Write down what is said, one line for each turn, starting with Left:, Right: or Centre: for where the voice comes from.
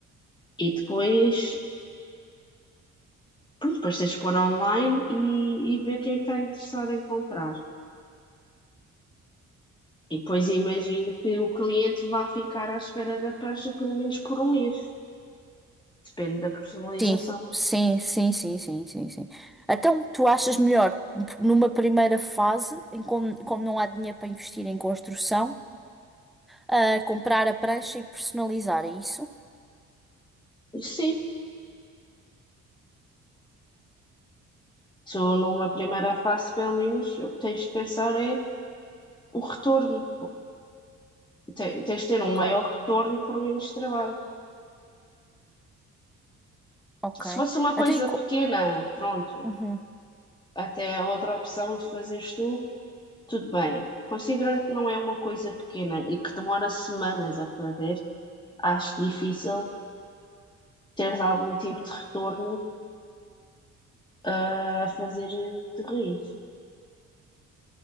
Left: E depois, pronto, depois tens de pôr online e, e ver quem está interessado em comprar. E depois imagino que o cliente vá ficar à espera da prancha pelo menos por um mês. Depende da personalização.
Centre: Sim, sim, sim, sim, sim, sim, sim. Então, tu achas melhor, numa primeira fase, em como, como não há dinheiro para investir em construção, ah, comprar a prancha e personalizar, é isso?
Left: E sim, tu numa primeira fase, pelo menos, o que tens de pensar é o retorno. Te- Tens de ter
Centre: Ok,
Left: um maior retorno por menos trabalho.
Centre: ok.
Left: Se fosse uma coisa
Centre: Então, e co-
Left: pequena, pronto,
Centre: Uhum.
Left: até a outra opção de fazeres tu, tudo bem. Considerando que não é uma coisa pequena e que demora semanas a fazer, acho difícil teres algum tipo de retorno ah, a fazer de raiz.